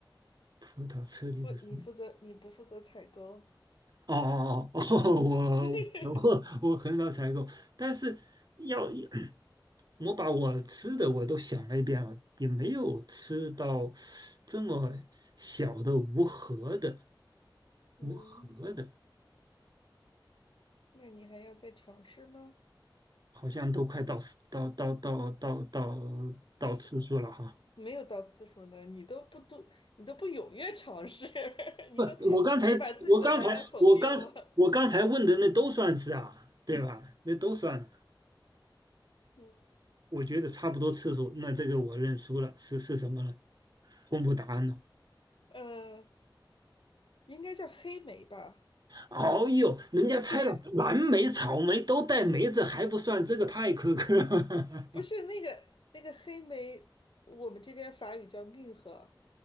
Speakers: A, on the right; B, on the left.
A: 葡萄、车厘子是……
B: 不，你负责，你不负责采购。
A: 哦哦哦哦，
B: <laughs>
A: <laughs> 我我我很少采购，但是要 <clears throat> 我把我吃的我都想了一遍了，也没有吃到这么小的无核的
B: 嗯，
A: 无核的，
B: 那你还要再尝试吗？
A: 好像都快到到到到到到到次数了哈。
B: 次，没有到次数呢，你都不都，你都不踊跃尝试，<laughs> 你都自己把自己的答案否定了。
A: 不，我刚才我刚才我刚我刚才问的那都算是啊，对吧？那都算，
B: 嗯，
A: 我觉得差不多次数。那这个我认输了，是是什么呢？公布答案了。
B: 呃，应该叫黑莓吧？
A: 哦呦，人家猜了蓝莓、
B: 就是
A: 草莓都带梅子，还不算，这个太苛刻了。
B: 不是那个那个黑莓，我们这边法语叫蜜合，